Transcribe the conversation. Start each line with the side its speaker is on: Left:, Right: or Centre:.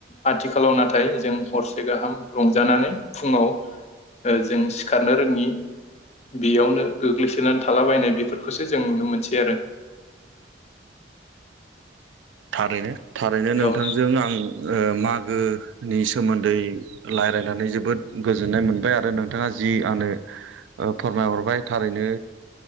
Left: आथिखालाव नाथाय जों हरसे गाहाम रंजानानै फुङाव ओजों सिखारनो रोङि बेयावनो गोग्लैसोनानै थालाबायनाय बेफोरखौसो जों नुनो मोनसै आरो
Right: थारैनो थारैनो नोंथांजों
Left: औ
Right: आं ओ मागोनि सोमोन्दै लायरायनानै जोबोद गोजोननाय मोनबाय आरो नोंथाङा जि आनो ओ फोरमायहरबाय थारैनो